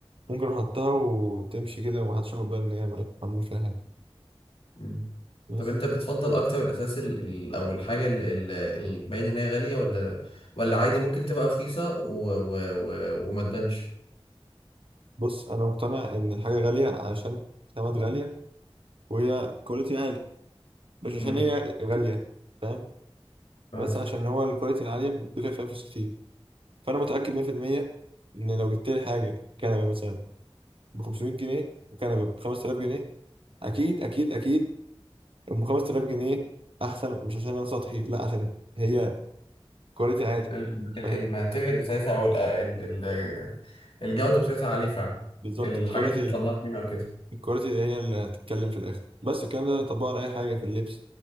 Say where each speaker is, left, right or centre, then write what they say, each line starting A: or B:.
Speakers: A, on the right; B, on the left.
A: ممكن أحطها وتمشي كده ومحدش ياخد باله إن هي معمول فيها حاجة
B: مم.
A: بس
B: طب انت بتفضل اكتر الاساس ال... ال... او الحاجه اللي ال... ال- باين ان هي غاليه ولا ولا عادي ممكن تبقى رخيصه و... و... و... وما تبانش
A: بص أنا مقتنع إن الحاجة غالية عشان خامات غالية وهي كواليتي عالي مش عشان
B: امم
A: هي غالية فاهم
B: فهمتك
A: بس عشان هو الكواليتي العالية بتدفع فيها فلوس كتير فأنا متأكد 100% إن لو جبت لي حاجة كنبة مثلا ب 500 جنيه وكنبة ب 5000 جنيه أكيد أكيد أكيد أم 5000 جنيه أحسن مش عشان أنا سطحي لا عشان هي كواليتي عالي
B: ال... ال...
A: فاهم
B: الماتيريال بتاعتها او ال... ال... ال... الجوده بتاعتها عاليه فعلا
A: بالظبط
B: الحاجات
A: الكواليتي
B: اللي طلعت منها او كده
A: الكواليتي هي اللي هتتكلم في الاخر بس الكلام ده طبقه على اي حاجه في اللبس